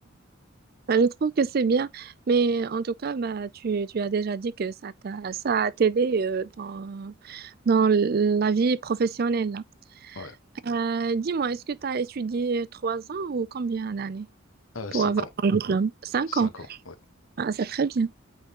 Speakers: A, on the right (about 45°); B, on the left (about 75°).
A: Bah, Je trouve que c'est bien, mais en tout cas, bah, tu, tu as déjà dit que ça t'a, ça a t'aidé euh, dans, dans la vie professionnelle. là.
B: Ouais,
A: Euh, dis-moi, est-ce que tu as étudié trois ans ou combien d'années
B: Euh,
A: pour
B: cinq
A: avoir
B: ans,
A: ton diplôme? Cinq
B: cinq
A: ans.
B: ans. Ouais,
A: Ah, c'est très bien.